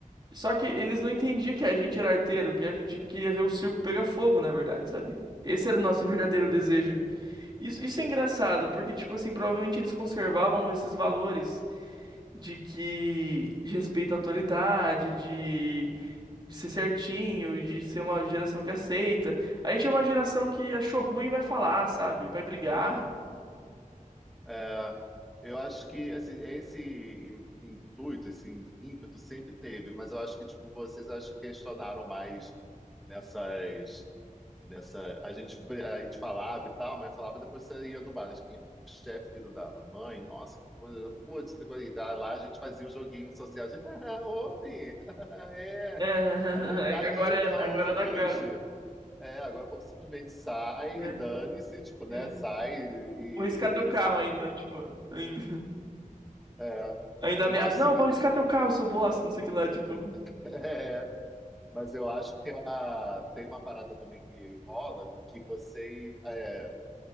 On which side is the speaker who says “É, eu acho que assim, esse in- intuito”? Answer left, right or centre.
Centre